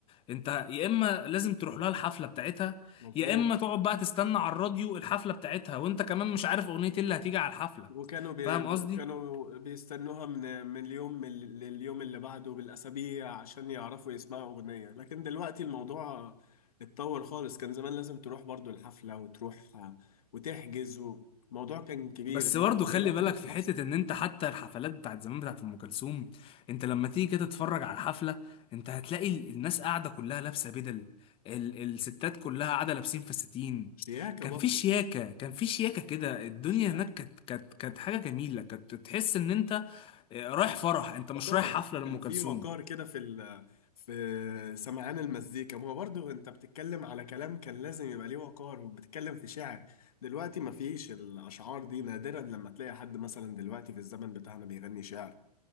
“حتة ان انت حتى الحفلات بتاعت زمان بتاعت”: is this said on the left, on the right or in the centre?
Left